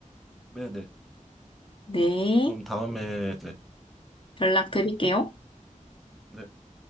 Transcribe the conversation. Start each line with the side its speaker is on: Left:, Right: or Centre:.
Centre: 네네.
Left: 네.
Centre: 그럼 다음에, 네.
Left: 연락 드릴게요.
Centre: 네.